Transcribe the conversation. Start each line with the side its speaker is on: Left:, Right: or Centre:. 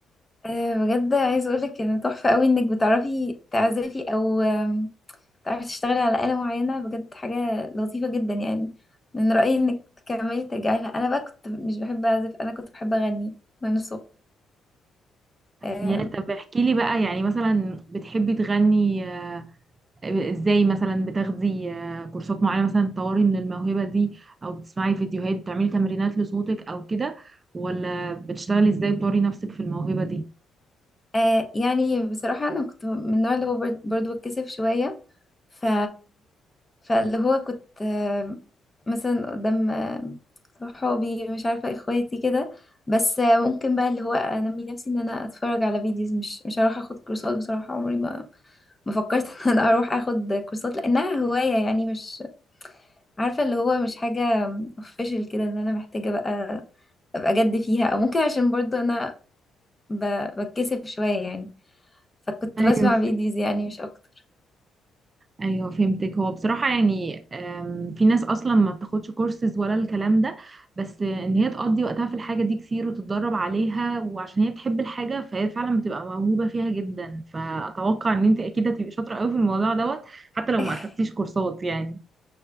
Left: آه بجد عايز اقولك ان تحفة قوي انك بتعرفي تعزفي او آم، بتعرفي تشتغلي على آلة معينة بجد حاجة لطيفة جدا يعني من رأيي انك تكملي ترجعي لها انا بقى كنت مش بحب اعزف انا كنت بحب اغني وانا صغيرة
Right: يا طب احكي لي بقى يعني مثلا بتحبي تغني آه، ازاي مثلا بتاخدي آه، كورسات معينة مثلا تطوري من الموهبة دي او بتسمعي فيديوهات بتعملي تمرينات لصوتك او كده ولا بتشتغلي ازاي بتطوري نفسك في الموهبة دي
Left: آه يعني بصراحة أنا كنت من النوع اللي هو بر- برضو بتكسف شوية ف فاللي هو كنت آه مثلا قدام آه، صحابي مش عارفة اخواتي كده بس آه ممكن بقى اللي هو أنمي نفسي إن أنا أتفرج على فيديوز مش مش هروح أخد كورسات بصراحة عمري ما ما فكرت <laughs> إن أنا أروح أخد كورسات لأنها هواية يعني مش عارفة اللي هو مش حاجة official كده إن أنا محتاجة بقى أبقى جد فيها أو ممكن عشان برضو أنا ب- بتكسف شوية يعني فكنت
Right: ايوه
Left: بسمع فيديوز يعني مش اكتر
Right: ايوه فهمتك هو بصراحه يعني أم، في ناس اصلا ما بتاخدش كورسز ولا الكلام ده بس ان هي تقضي وقتها في الحاجه دي كتير وتتدرب عليها وعشان هي بتحب الحاجه فهي فعلا بتبقى موهوبه فيها جدا فاتوقع ان انت اكيد هتبقي شاطره قوي في الموضوع دوت حتى لو
Left: <laughs>
Right: ما اخدتيش كورسات يعني